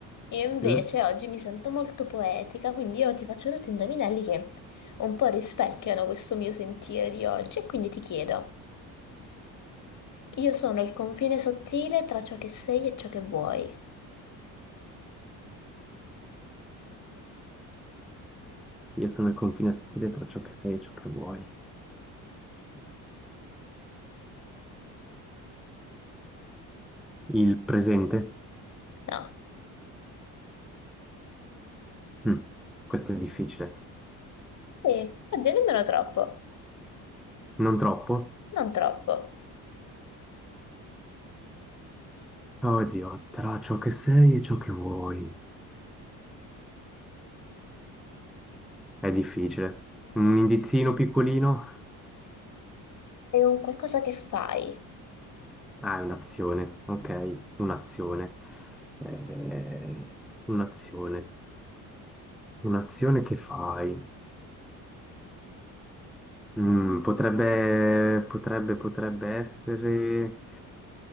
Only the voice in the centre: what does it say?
Mm.
Io sono il confine sottile tra ciò che sei e ciò che vuoi. Il presente?
Mm, questo è difficile.
Non troppo?
Oddio, tra ciò che sei e ciò che vuoi. È difficile. Un indizino piccolino?
Ah, è un'azione. Ok, un'azione. Eh, un'azione. Un'azione che fai? Mm, potrebbe, potrebbe, potrebbe essere...